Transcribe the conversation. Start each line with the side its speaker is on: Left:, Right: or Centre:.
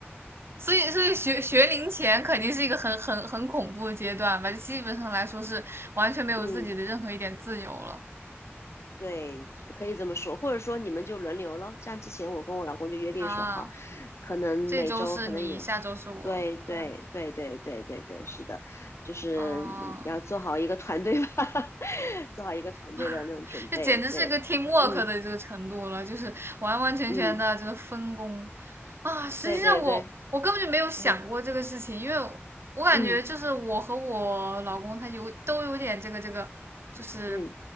Right: 所以，所以学学龄前肯定是一个很很很恐怖的阶段吧，基本上来说是完全没有自己的任何一点自由了
Left: <laughs> 嗯，对，可以这么说，或者说你们就轮流咯。像之前我跟我老公就约定说好，
Right: 啊。
Left: 可能每周可能有，
Right: 这周是你，下周是我，
Left: 对对对对对对对，
Right: 这样子，
Left: 是的，就是你要做好一个团队吧，
Right: 哦，
Left: <laughs> 做好一个团队的那种准备。
Right: <laughs> 这简直是个
Left: 对，
Right: teamwork
Left: 嗯
Right: 的这个程度了，就是完完全全的这个分工。
Left: 嗯，
Right: 啊，实际上我我根本就没有想过这个事情，
Left: 对对对，嗯
Right: 因为我我感觉就是我和我老公他有都有点这个这个，
Left: 嗯
Right: 就是
Left: 嗯